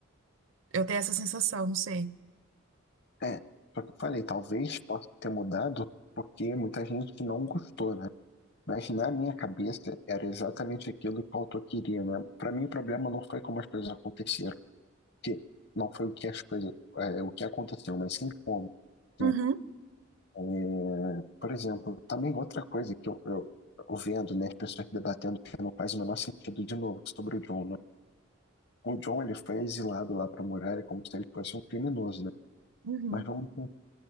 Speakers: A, on the right; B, on the left.
A: Eu tenho essa sensação, não sei.
B: É, só que eu falei, talvez possa ter mudado porque muita gente não gostou, né? Mas na minha cabeça era exatamente aquilo que o autor queria, né? Para mim o problema não foi como as coisas aconteceram, porque não foi o que as coisas, é, o que aconteceu, mas sim como. né?
A: Uhum,
B: É, por exemplo, também outra coisa que eu, eu, eu vendo, né, as pessoas debatendo que não faz o menor sentido de novo sobre o John, né? O John ele foi exilado lá para Muralha como se ele fosse um criminoso, né?
A: uhum.
B: Mas vamos